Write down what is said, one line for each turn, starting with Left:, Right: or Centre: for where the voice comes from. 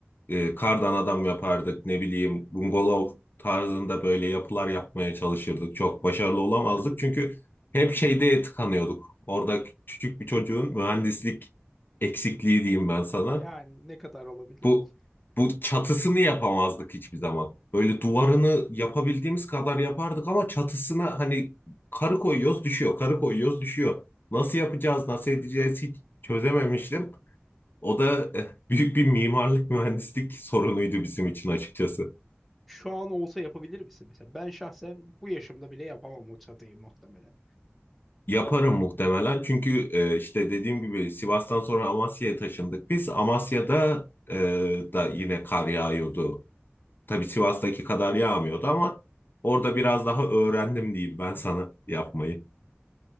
Left: e, kardan adam yapardık ne bileyim bungalov tarzında böyle yapılar yapmaya çalışırdık. Çok başarılı olamazdık
Centre: <laughs>
Left: çünkü hep şeyde tıkanıyorduk. Orada küçük bir çocuğun mühendislik eksikliği diyeyim ben sana.
Centre: Ha Yani ne kadar olabilir
Left: Bu
Centre: ki?
Left: bu çatısını yapamazdık hiçbir zaman. Böyle duvarını yapabildiğimiz kadar yapardık ama çatısına hani karı koyuyoruz düşüyor, karı koyuyoruz düşüyor. Nasıl yapacağız, nasıl edeceğiz hiç çözememiştim. O da eh, büyük bir mimarlık mühendislik sorunuydu bizim için açıkçası.
Centre: Şu an olsa yapabilir misin mesela? Ben şahsen bu yaşımda bile yapamam o çatıyı muhtemelen.
Left: Yaparım muhtemelen çünkü eh, işte dediğim gibi Sivas'tan sonra Amasya'ya taşındık biz. Amasya'da eh, da yine kar yağıyordu. Tabii Sivas'taki kadar yağmıyordu ama orada biraz daha öğrendim diyeyim ben sana yapmayı.